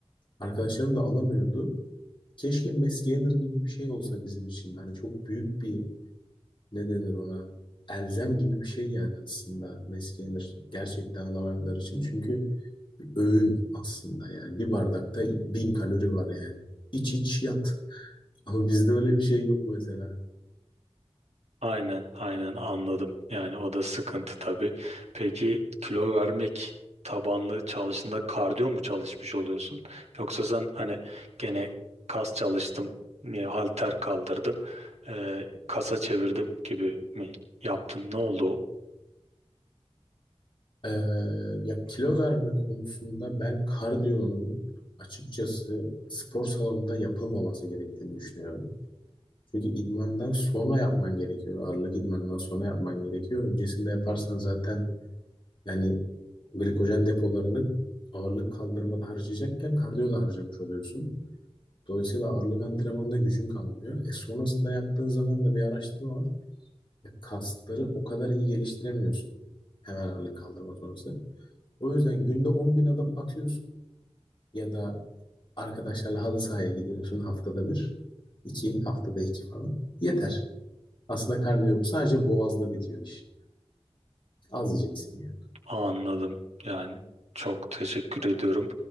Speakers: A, on the left; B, on the right.
A: Arkadaşlarım da alamıyordu. Keşke mass gainer gibi bir şey olsa bizim için. Hani çok büyük bir ne denir ona? Elzem gibi bir şey yani aslında mass gainer gerçekten alamayanlar için. Çünkü öğün aslında yani. Bir bardakta bin kalori var yani. İç iç yat. Ama bizde öyle bir şey yok mesela.
B: Aynen, aynen anladım. Yani o da sıkıntı tabii. Peki kilo vermek tabanlı çalıştığında kardiyo mu çalışmış oluyorsun? Yoksa sen hani gene kas çalıştım, e, halter kaldırdım, e, kasa çevirdim gibi mi yaptın? Ne oldu o?
A: Ee, ya kilo verme konusunda ben kardiyonun açıkçası spor salonunda yapılmaması gerektiğini düşünüyorum. Çünkü idmandan sonra yapman gerekiyor. Ağırlık idmanından sonra yapman gerekiyor. Öncesinde yaparsan zaten yani glikojen depolarını ağırlık kaldırmada harcayacakken kardiyo da harcamış oluyorsun. Dolayısıyla ağırlık antrenmanında gücün kalmıyor. E sonrasında yaptığın zaman da bir araştırma var. Ya kasları o kadar iyi geliştiremiyorsun. Hemen ağırlık kaldırma sonrası. O yüzden günde on bin adım atıyorsun ya da arkadaşlarla halı sahaya gidiyorsun haftada bir, iki, haftada iki falan. Yeter. Aslında kardiyo bu. Sadece boğazda bitiyor iş. Az yiyeceksin yani.
B: Anladım. Yani çok teşekkür ediyorum.